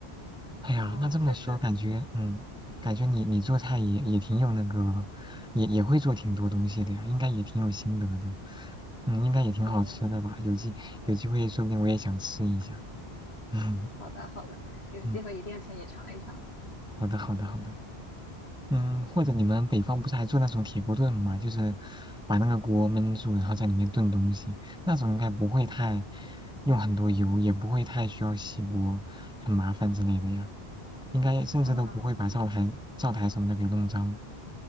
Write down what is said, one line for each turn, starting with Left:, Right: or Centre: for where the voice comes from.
Centre: 哎呀，
Left: 嗯、
Centre: 那这么说感觉，
Left: 确实，
Centre: 嗯，感觉你你做菜也也挺有那个，也也会做挺多东西的呀，应该也挺有心得的，嗯，应该也挺好吃的吧？
Left: 嗯
Centre: 有机有机会说不定我也想吃一下。
Left: 嗯，
Centre: <laughs> 嗯
Left: 好的好的，有机会一定请你尝一尝，
Centre: 嗯，好的好的好的。嗯，或者你们北方不是还做那种铁锅炖嘛，就是把那个锅焖住，然后在里面炖东西，那种应该不会太用很多油，也不会太需要洗锅，很麻烦之类的呀。应该甚至都不会把灶台、
Left: 嗯，
Centre: 灶台什么的给弄脏。